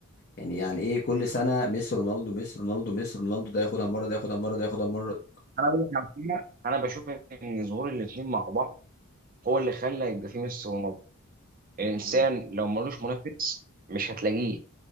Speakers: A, on the left; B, on the right.
A: يعني يعني ايه كل سنه ميسي رونالدو ميسي رونالدو ميسي رونالدو ده ياخدها مره ده ياخدها مره ده ياخدها مره
B: انا بقول لك على حاجة، انا بشوف ان ظهور الاثنين مع بعض هو اللي خلى يبقى فيه ميسي ورونالدو الانسان
A: مم.
B: لو ملوش منافس مش هتلاقيه